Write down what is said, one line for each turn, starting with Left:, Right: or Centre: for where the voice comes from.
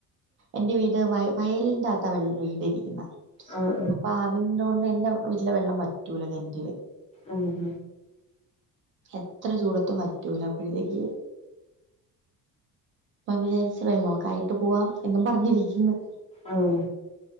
Right: എന്റെ വീട് വ വയലിന്റെത്താ വീട് ഇരിക്കുന്ന
Left: ആഹ്
Right: അപ്പൊ അത് ഇൻടോണ്ടന്നെ വീട്ടിലെ വെള്ളം വറ്റൂല കെണറ്റിൽ
Left: ഉം ഉം
Right: എത്ര ചൂടത്തും വറ്റൂല അപ്പോഴത്തേക്ക് ഇപ്പം വിചാരിച്ച വെള്ളമൊക്കെ ആയിട്ട് പോവാം എന്നും പറഞ്ഞിരിക്കുന്നു
Left: അം